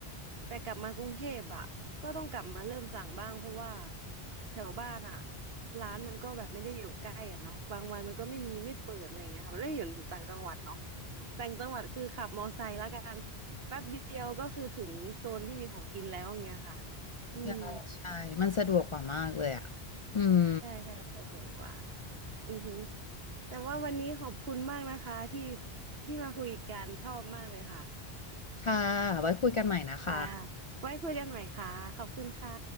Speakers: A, on the right; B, on the left.
A: แต่กลับมากรุงเทพอะก็ต้องกลับมาเริ่มสั่งบ้างเพราะว่าแถวบ้านอะร้านมันก็แบบไม่ได้อยู่ใกล้อะเนาะบางวันมันก็ไม่มีไม่เปิดอะไรอย่างเงี้ยค่ะมันไม่ได้อยู่อยู่ต่างจังหวัดเนาะต่างจังหวัดคือขับมอไซค์แล้วกันแป๊บเดียวก็คือถึงโซนที่มีของกินแล้วอย่างเงี้ยค่ะอืม
B: ใช่ใช่มันสะดวกกว่ามากเลยอ่ะอืม
A: ใช่ใช่สะดวกกว่าอือฮึแต่ว่าวันนี้ขอบคุณมากนะคะที่ที่มาคุยกันชอบมากเลยค่ะ
B: ค่ะไว้คุยกันใหม่นะคะ
A: ค่ะ ไว้คุยกันใหม่ค่ะ ขอบคุณค่ะ